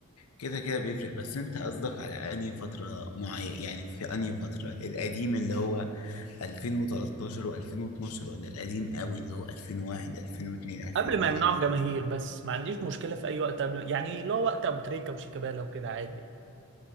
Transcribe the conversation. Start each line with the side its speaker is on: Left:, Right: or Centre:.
Left: كده كده بيفرق بس انت قصدك على انهي فترة معين يعني في انهي فترة القديم اللي هو 2013 و2012 ولا القديم قوي اللي هو 2001 2002 2003
Right: قبل ما يمنعوا الجماهير بس ما عنديش مشكله في اي وقت قبل يعني لو وقت ابو تريكه وشيكابالا وكده عادي يعني.